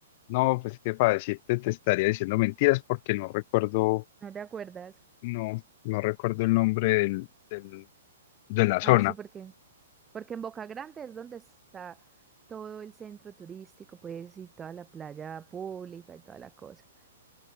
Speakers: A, on the left; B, on the right.
A: No, pues que para decirte te estaría diciendo mentiras porque no recuerdo,
B: ¿No te acuerdas?
A: no, no recuerdo el nombre del, del- de la
B: Ah,
A: zona.
B: sí, porque porque en Boca Grande es donde está todo el centro turístico, pues, y toda la playa pública y toda la cosa.